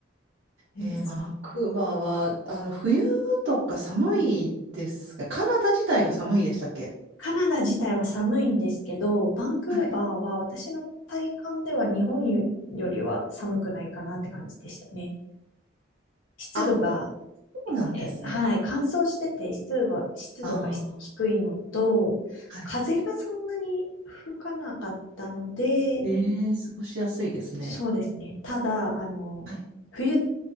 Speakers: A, on the left; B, on the right.
A: えー
B: えーバンクーバーは、あの、冬とか寒いですが、カナダ自体が寒いでしたっけ
A: カナダ自体は寒いんですけど、バンクーバーは私の体感では日本よりは寒くないかなって感じでしたね。
B: はい。
A: 湿度が
B: あ、そうなんですね。
A: え、はい、乾燥してて湿度が、湿度がひ低いのと、
B: あはい。
A: 風がそんなに吹かなかったので、
B: ええ、過ごしやすいですね。
A: そうですね。ただ、あの、
B: はい。
A: 冬、